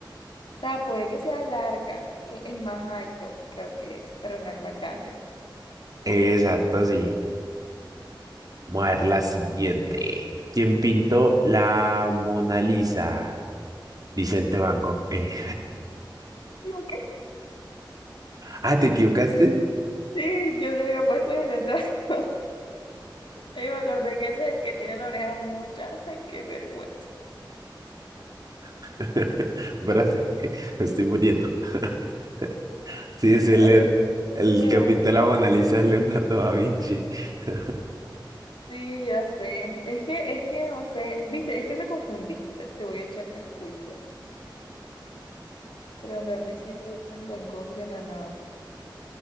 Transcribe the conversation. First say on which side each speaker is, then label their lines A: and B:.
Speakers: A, on the left; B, on the right.
A: O sea, puede que sea larga, el el más alto, creo que es, pero no el más grande.
B: Exacto, sí. Vamos a ver la siguiente. ¿Quién pintó la Mona Lisa? Vicente Van Gogh. Eh,
A: <laughs>
B: Ah, ¿te equivocaste?
A: Sí, yo se había puesto mis tentáculos. <laughs> Y me acordé que ese es el que tiene la oreja mucha. Ay, qué vergüenza.
B: <laughs> Espérate, <laughs> me estoy muriendo. <laughs> Sí, es
A: No,
B: el,
A: oye,
B: el el
A: y me
B: que
A: devolvió.
B: pintó la Mona Lisa, es Leonardo da Vinci. <laughs>
A: Sí, ya sé. Es que, es que no sé. Viste, es que me confundiste. Te voy a echar las culpas por andar diciendo eso en Bangkok de la nada.